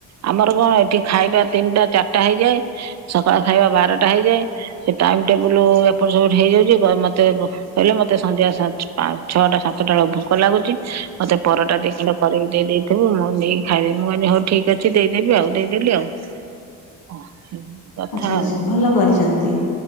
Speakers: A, on the right; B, on the left.
A: ଆମର କଣ ଏଠି ଖାଇବା ତିନିଟା ଚାରିଟା ହେଇଯାଏ ସକାଳ ଖାଇବା ବାରଟା ହେଇଯାଏ। ସେ ଟାଇମ ଟେବୁଲ ଏପଟ ସପଟ ହେଇଯାଉଛି ମତେ କହିଲ ମତେ ସନ୍ଧ୍ୟା ଛଅଟା ସାତଟା ବେଳକୁ ଭୋକ ଲାଗୁଛି ମତେ ପରଟା ଦୁଇ ତିନଟା କରିକି ଦେଇଥିବୁ ମୁଁ ନେଇକି ଖାଇଦେବି ମୁଁ କହିଲି ହଉ ଠିକ ଅଛି ଦେଇଦେବି ଆଉ ଦେଇଦେଲି ଆଉ
B: <inaudible>
A: <inaudible>
B: ଆଛା
A: ଆଉ
B: ଆଚ୍ଛା ଭଲ କରିଛନ୍ତି